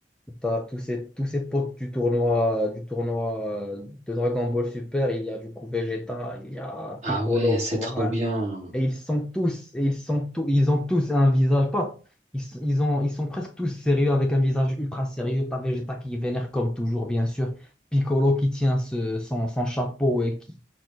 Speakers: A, in the centre; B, on the right.
A: T'as tous ces, tous ces potes du tournoi, du tournoi euh, de Dragon Ball Super, il y a du coup Vegeta, il y a
B: Ah
A: Piccolo,
B: ouais, c'est
A: Gohan,
B: trop bien.
A: et ils sont tous, et ils sont tous, ils ont tous un visage, pas, ils, s- ils ont, ils sont presque tous sérieux avec un visage ultra sérieux. T'as Vegeta qui vénère comme toujours, bien sûr, Piccolo qui tient ce- son, son chapeau et qui,